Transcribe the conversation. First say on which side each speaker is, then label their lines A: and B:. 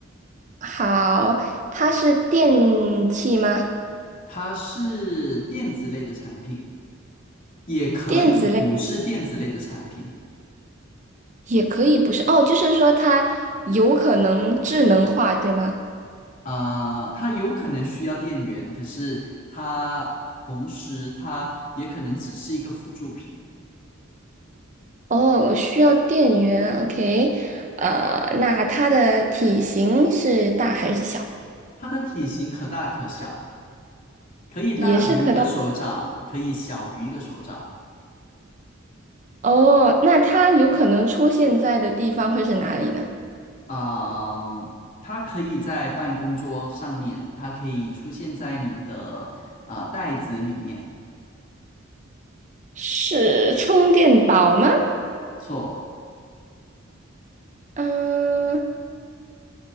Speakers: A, on the right; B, on the left.
A: 好，它是电器吗？
B: 它是电子类的产品，也可以不是电子类的产品
A: 电子类。也可以不是哦，就是说它有可能智能化，对吗？
B: 啊、它有可能需要电源，可是它同时它也可能只是一个辅助品。
A: 哦，我需要电源，OK，呃，那它的体型是大还是小？
B: 它的体型可大可小，可以大于一个手掌，
A: 也是可大。
B: 可以小于一个手掌。
A: 哦，那它有可能出现在的地方会是哪里呢？
B: 啊。它可以在办公桌上面，它可以出现在你的啊、袋子里面。
A: 是充电宝吗？
B: 错，
A: 嗯、